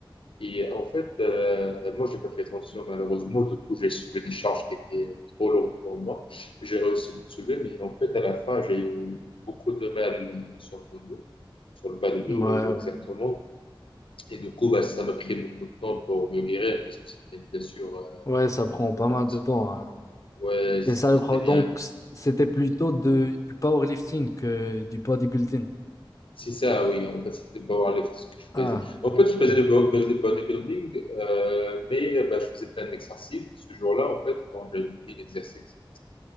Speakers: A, on the left; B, on the left.
A: Et euh, en fait, euh, moi, j'ai pas fait attention, malheureusement. Du coup, j'ai soulevé des charges qui étaient trop lourdes pour moi. J'ai réussi à les soulever, mais en fait, à la fin, j'ai eu beaucoup de mal euh, sur mon dos, sur le bas de dos,
B: ouais,
A: euh,
B: ouais.
A: exactement. Et du coup, bah, ça m'a pris beaucoup de temps pour me guérir parce que c'était une blessure euh,
B: Ouais, ça prend pas mal
A: un petit.
B: de temps. hein.
A: Ouais,
B: C'est ça le
A: j'étais
B: pro-
A: bien.
B: Donc, c- c'était plutôt de, du powerlifting que du bodybuilding.
A: C'est ça, oui. En fait, c'était de powerlifting ce que je
B: Ah,
A: faisais. En fait, je faisais
B: mm,
A: le bo- bas- le bodybuilding, euh, mais euh, bah, je faisais plein d'exercices. Ce jour-là, en fait, quand j'ai mis l'exercice,